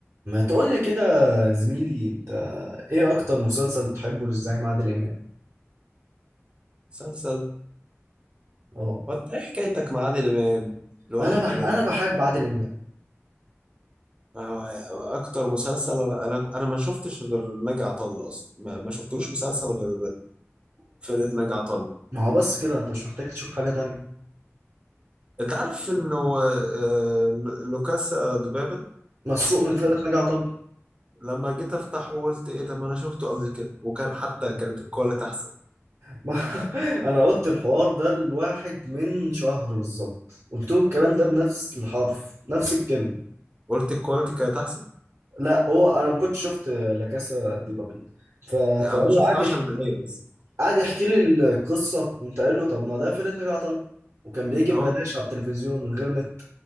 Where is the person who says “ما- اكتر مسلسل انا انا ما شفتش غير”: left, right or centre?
Right